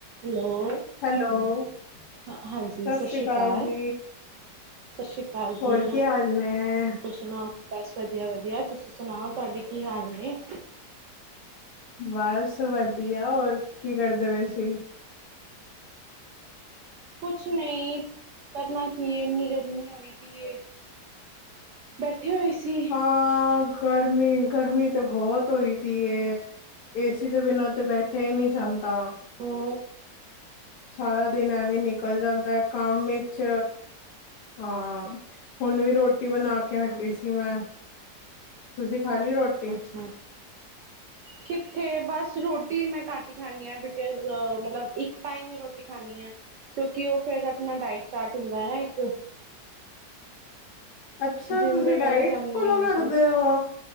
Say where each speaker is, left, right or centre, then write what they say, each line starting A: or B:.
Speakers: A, on the right; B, on the left.
A: Hello,
B: hello. ਸਤਿ
A: ਹ ਹਾਂਜੀ, ਸਸ
B: ਸ੍ਰੀ
A: ਰੀ
B: ਅਕਾਲ
A: ਕਾਲ।
B: ਜੀ,
A: ਸਸ ਰੀ ਕਾਲ ਜੀ,
B: ਹੋਰ
A: ਹੋਰ
B: ਕੀ ਹਾਲ ਨੇ?
A: ਸੁਣਾਓ ਬਸ ਵਧੀਆ-ਵਧੀਆ, ਤੁਸੀਂ ਸੁਣਾਓ ਤੁਹਾਡੇ ਕੀ ਹਾਲ ਨੇ।
B: ਬਸ ਵਧੀਆ, ਹੋਰ ਕੀ ਕਰਦੇ ਪਏ ਸੀਂ।
A: ਕੁਛ ਨੀ ਕਰਨਾ ਕੀ ਏ, ਇੰਨੀ ਗਰਮੀ ਹੋ ਦੀ ਏ। ਬੈਠੇ ਹੋਏ ਸੀ।
B: ਹਾਂ, ਗਰਮੀ-ਗਰਮੀ ਤੇ ਬਹੁਤ ਹੋਈ ਦੀ ਏ। ਏਸੀ ਦੇ ਬਿਨਾਂ ਤੇ ਬੈਠਿਆ ਹੀ ਨਹੀਂ ਜਾਂਦਾ
A: ਹੋਰ਼।
B: ਸਾਰਾ ਦਿਨ ਐਵੇਂ ਨਿਕਲ ਜਾਂਦਾ ਕੰਮ ਵਿੱਚ ਹਾਂ ਹੁਣ ਵੀ ਰੋਟੀ ਬਣਾ ਕੇ ਕਿਉਂ ਹਟੀ
A: ਹਾਂ
B: ਸੀ ਮੈਂ ਤੁਸੀਂ ਖਾ ਲਈ ਰੋਟੀ
A: ਅੱਛਾ।
B: ਹ।
A: ਕਿੱਥੇ ਬਸ ਰੋਟੀ ਮੈਂ ਘੱਟ ਹੀ ਖਾਂਦੀ ਹਾਂ ਬਿਕੋਜ ਮਤਲਬ ਇੱਕ ਟਾਈਮ ਹੀ ਰੋਟੀ ਖਾਂਦੀ ਹਾਂ ਕਿਉਂਕਿ ਉਹ ਫੇਿਰ ਆਪਣਾ ਡਾਇਟ ਚਾਰਟ ਹੁੰਦਾ ਹੈ ਨਾ ਇੱਕ।
B: ਅੱਛਾ
A: ਜਿੰਮ
B: ਤੁਸੀਂ
A: ਵਗੈਰਾ
B: ਡਾਇਟ
A: ਜਾਂਦੀ
B: ਫੋਲੋ
A: ਹਾਂ
B: ਕਰਦੇ
A: ਤੇ
B: ਹੋ।